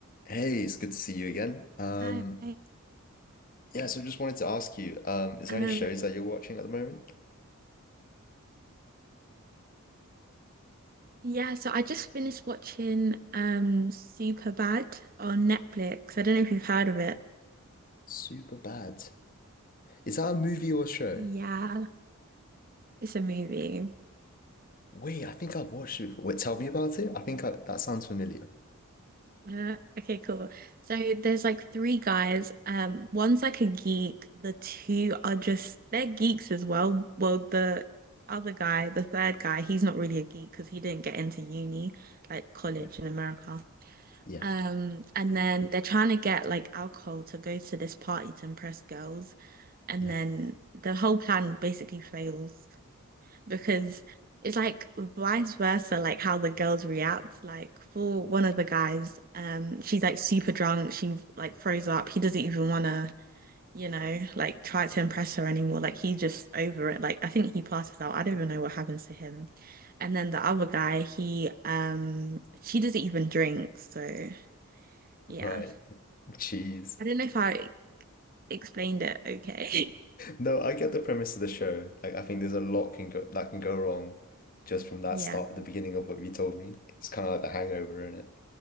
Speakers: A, on the left; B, on the right.
A: Hey, it's good to see you again. Um,
B: Hi.
A: yeah, so just wanted to ask you, um, is
B: Um,
A: there any shows that you're watching at the moment?
B: yeah, so I just finished watching um Superbad on Netflix. I don't know if you've heard of it.
A: Super bad. Is that a movie or a show?
B: Yeah, it's a movie.
A: Wait, I think I've watched it before. Wait, tell me about it. I think I, that sounds familiar.
B: Uh, okay, cool. So there's like three guys. Um, one's like a geek. The two are just they're geeks as well. Well, the other guy, the third guy, he's not really a geek because he didn't get into uni, like college
A: Yeah,
B: in America.
A: yeah,
B: Um, and then they're trying to get like alcohol to go to this party to impress girls. And
A: yeah.
B: then the whole plan basically fails because it's like vice versa, like how the girls react. Like for one of the guys, um, she's like super drunk, she like throws up. He doesn't even wanna, you know, like try to impress her anymore. Like he's just over it. Like I think he passes out. I don't even know what happens to him. And then the other guy, he um she doesn't even drink, so yeah.
A: Right. <laughs> cheese.
B: I don't know if I explained it okay. <laughs>
A: No, I get the premise of the show. Like, I think there's a lot can go that can go wrong just from that
B: Yeah.
A: start, the beginning of what you told me. It's kind of like the hangover, isn't it?